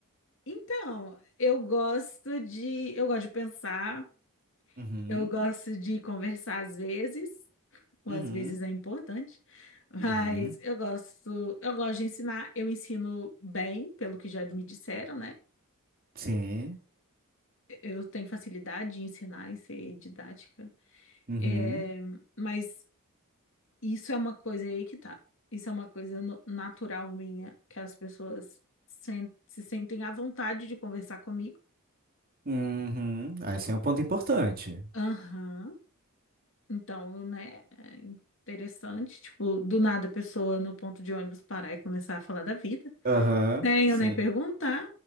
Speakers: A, on the left; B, on the right.
A: Então, eu gosto de, eu gosto de pensar.
B: Uhum,
A: Eu gosto de conversar às vezes, ou
B: uhum,
A: às vezes é importante, mas
B: uhum.
A: eu gosto, eu gosto de ensinar, eu ensino bem, pelo que já me disseram, né?
B: Sim,
A: Eu tenho facilidade de ensinar e ser didática.
B: uhum,
A: É, mas isso é uma coisa aí que tá. Isso é uma coisa no- natural minha, que as pessoas sen- se sentem à vontade de conversar comigo.
B: uhum. Ah, esse é um ponto importante.
A: Aham. Então, né, é interessante, tipo, do nada a pessoa no ponto de ônibus parar e começar a falar da vida.
B: Aham,
A: nem
B: sim.
A: eu nem perguntar.